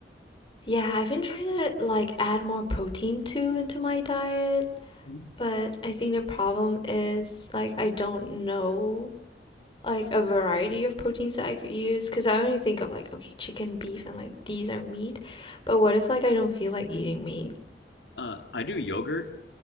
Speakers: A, on the left (about 30°); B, on the left (about 90°).
A: yeah, I've been trying to like add more protein too into my diet,
B: Mhm.
A: but I think the problem is like I don't know like a variety of proteins that I could use because I only think of like okay, chicken, beef, and like these are meat. But what if like I don't feel like eating meat?
B: Uh, I do yogurt.